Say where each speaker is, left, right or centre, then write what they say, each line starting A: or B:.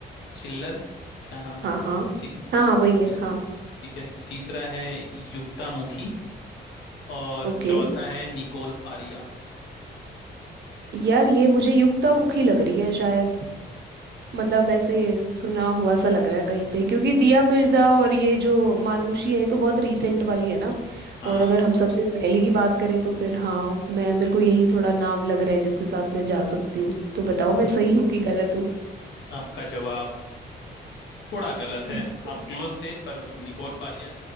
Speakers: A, on the left; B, on the right.
A: चिल्लर क्या नाम
B: हाँ
A: है
B: हाँ
A: ठीक है
B: हाँ हाँ वही है
A: ती-
B: हाँ
A: ठीक है तीसरा है युक्ता मुखी और
B: ओके
A: चौथा है निकोल फारिया
B: यार ये
A: अच्छा
B: मुझे युक्तामुखी लग रही है शायद मतलब ऐसे सुना हुआ सा लग रहा है कहीं पे क्योंकि दिया मिर्जा और ये जो मानुषी है ये तो बहुत रीसेंट वाली है ना
A: हाँ
B: और अगर हम सबसे पहले की बात करें तो फिर हाँ मैं मेरे को यही थोड़ा नाम लग रहा है जिसके साथ मैं जा सकती हूँ तो बताओ मैं
A: तो
B: सही हूँ कि गलत हूँ
A: आपका जवाब थोड़ा गलत
B: बिल्कुल
A: है आप क्लोज थे पर निकोल फारिया